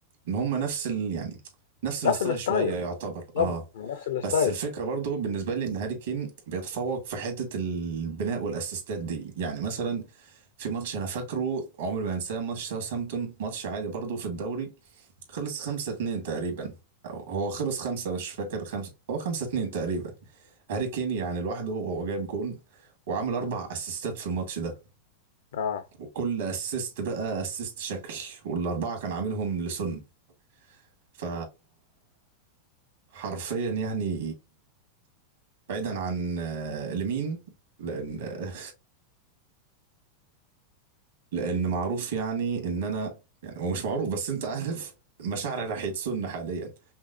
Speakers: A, on the right; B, on the left.
A: ان هم نفس ال يعني نفس الستايل
B: نفس الستايل
A: شويه يعتبر
B: بالظبط
A: اه
B: نفس الستايل
A: بس الفكره برضو بالنسبه لي ان هاري كين بيتفوق في حته البناء والاسيستات دي يعني مثلا في ماتش انا فاكره عمري ما هنساه ماتش ساوثهامبتون ماتش عادي برضو في الدوري خلص خمسة اتنين تقريبا أو هو خلص خمسة مش فاكر خمسة هو خمسة اتنين تقريبا هاري كين يعني لوحده هو جايب جون وعامل أربع أسيستات في الماتش ده
B: اه
A: وكل أسيست بقى أسيست شكل والأربعة كان عاملهم لسون ف حرفيا يعني بعيدا عن آه، لمين لأن آه، لأن معروف يعني إن أنا يعني هو مش معروف بس أنت عارف مشاعري راح يتسن حاليا